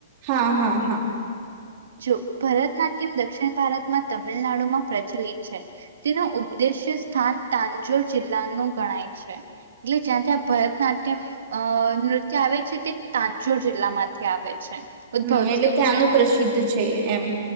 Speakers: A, on the right; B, on the right.
A: હા હા હા.
B: જો ભરતનાટ્યમ દક્ષિણ ભારતમાં તમિલનાડુમાં પ્રચલિત છે, તેનો ઉપદ્દેશ્ય સ્થાન તાંજોર જિલ્લાનું ગણાય છે એટલે જ્યાં ત્યાં ભરતનાટ્યમ અ નૃત્ય આવે છે, તે તાંજોર જિલ્લામાંથી આવે છે. ઉદ્ભવ
A: હમ એટલે
B: થયું
A: ત્યાંનું
B: છે
A: પ્રસિદ્ધ છે એમ.